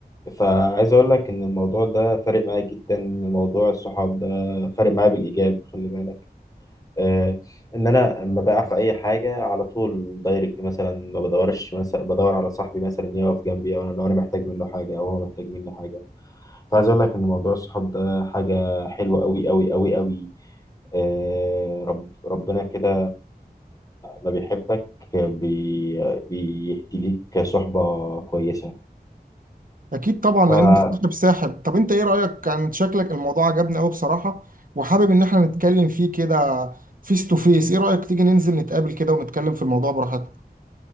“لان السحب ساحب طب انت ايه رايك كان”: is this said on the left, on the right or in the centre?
Right